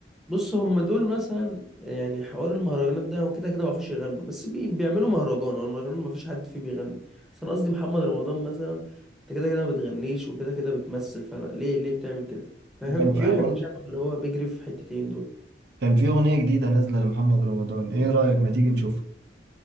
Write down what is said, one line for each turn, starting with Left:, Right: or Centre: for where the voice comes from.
Centre: بص هم دول مثلا يعني حوار المهرجانات ده هو كده كده ما بيعرفوش يغنوا بس بي... بيعملوا مهرجان والمهرجان ما فيش حد فيه بيغني بس أنا قصدي محمد رمضان مثلا أنت كده كده ما بتغنيش وكده كده بتمثل فلا ليه ليه بتعمل كده فاهم
Right: كان في
Centre: أحب
Right: أغن...
Centre: أعمل اللي هو بيجري في حتتين دول
Right: كان في أغنية جديدة نازلة لمحمد رمضان إيه رأيك ما تيجي نشوفها